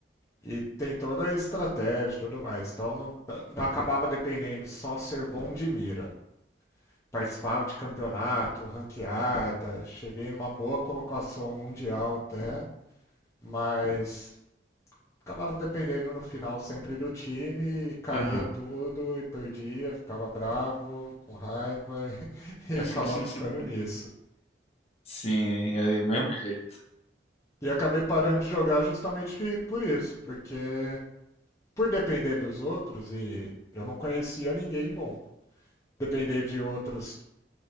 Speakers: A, on the left; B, on the left.
A: e tem toda a estratégia e tudo mais. Então não, não acabava dependendo só ser bom de mira. participava de campeonato, ranqueada, cheguei numa boa colocação mundial até, mas acabava dependendo no final sempre do time e caía
B: Aham.
A: tudo e perdia, ficava bravo, com raiva <laughs> e acabava
B: <laughs>
A: ficando nisso.
B: Sim, é do mesmo jeito.
A: E acabei parando de jogar justamente por isso, porque por depender dos outros e eu não conhecia ninguém bom. Depender de outros